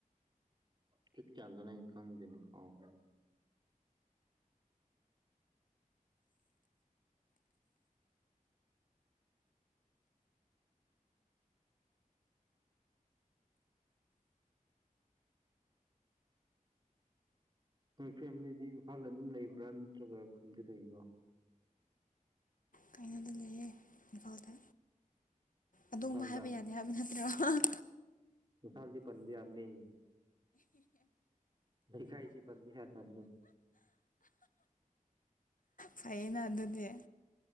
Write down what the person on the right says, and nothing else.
ꯊꯤꯠ ꯀꯌꯥꯗꯅꯤ ꯑꯩ ꯈꯪꯗꯦꯅ ꯀꯥꯎꯈꯔ꯭ꯦꯅꯦ ꯅꯣꯏ ꯐꯦꯃꯤꯂꯤꯗꯤ ꯏꯝꯐꯥꯜꯗ ꯑꯗꯨꯝ ꯂꯩꯕ꯭ꯔꯥ ꯅꯠꯇ꯭ꯔꯒ ꯈꯨꯟꯗ ꯂꯩꯕ꯭ꯔꯣ
ꯏꯝꯐꯥꯜꯗ
ꯏꯝꯐꯥꯜꯗꯤ ꯄꯟꯕ ꯌꯥꯕꯅꯤ ꯂꯩꯈꯥꯏꯗꯤ ꯄꯟꯕ ꯌꯥꯗꯕꯅꯤ